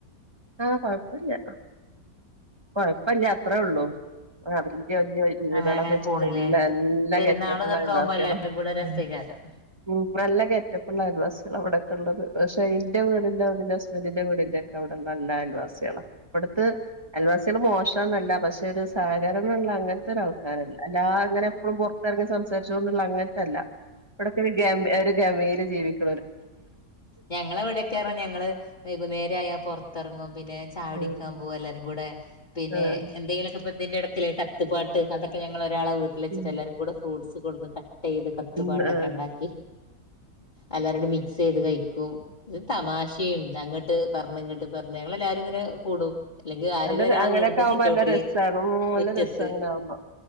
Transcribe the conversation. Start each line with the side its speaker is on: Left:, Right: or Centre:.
Right: ആഹ് കൊഴപ്പല്ല്യ കൊഴപ്പല്ല്യ അത്രഒള്ളൂ ആഹ് വല്യെ വല്യെ വീടാളൊക്കെ
Left: അങ്ങനെ അങ്ങനെ
Right: വെച്ചിപ്പോ
Left: പോണില്ലേ
Right: നല്ല നല്ല
Left: പെരുന്നാള്
Right: ഗെറ്റപ്പുള്ള
Left: ഇതൊക്കെ
Right: അയൽ
Left: ആവുമ്പോ
Right: വാസിയോളും
Left: എല്ലാരും കൂടെ രസേക്കാരം
Right: ഉം ഉം നല്ല ഗെറ്റപ്പ്ള്ള അയാൽവാസിയാള ഇവിടെ ഒക്കെള്ളത് പക്ഷെ ഇന്റെ വീടിന്റെ ന്റെ ഹസ്ബൻന്റിന്റെ വീടിന്റെ ക്കെ അവ്ടെള്ള നല്ല അയൽവാസിയാളാ ഇവിട്ത്ത് അയൽവാസിയാള് മോശാന്നല്ല പക്ഷെ ഒരു സഹകരണള്ള അങ്ങനത്തെ ഒരു ആ ക്കാരല്ല അല്ലാങ്ങനെ എപ്പളും പൊറത്തറങ്ങി സംസാരിച്ചോണ്ടുള്ള അങ്ങനത്തെ അല്ല ഇവിടെക്കെ ഒരു ഗമ ഒരു ഗമേല് ജീവിക്ക്‌
Left: ഞങ്ങളെ ഇവടെക്കെറഞ്ഞ ഞങ്ങള് വൈകുന്നേരായാ പൊർ ത്തെറങ്ങും പിന്നെ ചായ
Right: ഉം
Left: കുടിക്കാൻ പോവും എല്ലാരും കൂടെ പിന്നെ
Right: ആഹ്
Left: എന്തെങ്കിലൊക്കെ ഇതിന്റെ എടക്കല്ലേ ക കത്ത് പാട്ട് അതൊക്കെ ഞങ്ങളൊരാളെ വീട്ടിലെച്ച്ട്ട്
Right: ഉം
Left: എല്ലാരും കൂടെ ഫ്രൂട്ടസ് കൊട്ന്ന് കട്ടെയ്ത് കത്ത്
Right: ഉം
Left: പാട്ടൊക്കെണ്ടാക്കി
Right: ആഹ്
Left: എല്ലാരും കൂടെ മിക്സ് ചെയ്ത് കഴിക്കും ഇ തമാശയും അങ്ങട്ട് പർഞ്ഞ് ഇങ്ങട്ട് പർഞ്ഞ് ഞങ്ങളെല്ലാരും ങ്ങനെ കൂടും അല്ലെങ്കിൽ ആരെങ്കിലും
Right: നല്ല
Left: ഒരാളെ
Right: അങ്ങനെയൊക്കെ
Left: വീടിന്റെ
Right: ആകുമ്പോ
Left: സിറ്റൗട്ടില്
Right: നല്ല രസമാണ് മ്
Left: മുറ്റത്ത്
Right: നല്ല രസം അങ്ങനെ ആകുമ്പോൾ